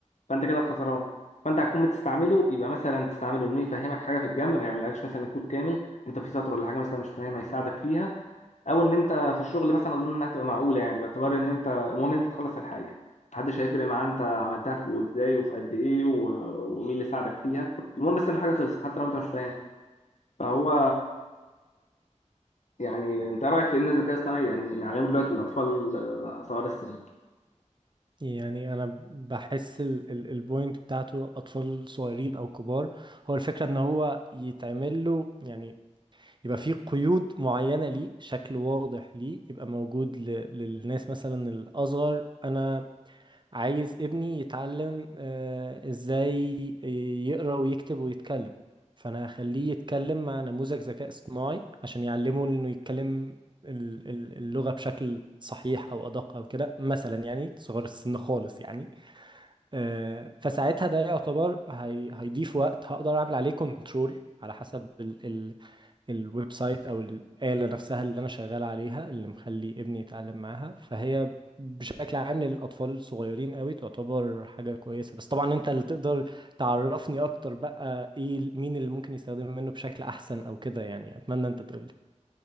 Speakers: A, on the left; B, on the right.
A: فانت كده الخسران فانت هتكون بتستعمله يبقى مثلا تستعمله انه يفهمك حاجه في الجنب ما يعملكش مثلا الكود كامل انت في سطر ولا حاجه مثلا مش فاهمها يساعدك فيها او ان انت في الشغل مثلا اظن انها هتبقى معقوله يعني باعتبار ان انت المهم ان انت تخلص الحاجه محدش هيفرق معاه انت عملتها في وازاي وفي قد ايه و- ومين اللي ساعدك فيها المهم بس ان الحاجه خلصت حتى لو انت مش فاهمها فهو يعني انت إيه رايك في ان الذكاء الاصطناعي يعني نعلمه دلوقتي للاطفال آه، صغار السن
B: يعني انا بحس ال- ال- البوينت بتاعته اطفال صغيرين او كبار هو الفكره ان هو يتعمل له يعني يبقى فيه قيود معينه ليه شكل واضح ليه يبقى موجود ل- للناس مثلا الاصغر انا عايز ابني يتعلم آه، ازاي يقرا ويكتب ويتكلم فانا هخليه يتكلم مع نموذج ذكاء اصطناعي عشان يعلمه انه يتكلم ال- ال- اللغه بشكل صحيح او ادق او كده مثلا يعني صغار السن خالص يعني آه، فساعتها ده يعتبر هي... هيضيف وقت هقدر اعمل عليه كنترول على حسب ال... ال... الويب سايت او الآلة نفسها اللي انا شغال عليها اللي مخلي ابني يتعلم معاها فهي بشكل عام للاطفال الصغيرين قوي تعتبر حاجة كويسة بس طبعا انت اللي تقدر تعرفني اكتر بقى ايه ال- مين اللي ممكن يستخدم منه بشكل احسن او كده يعني اتمنى انت تقولي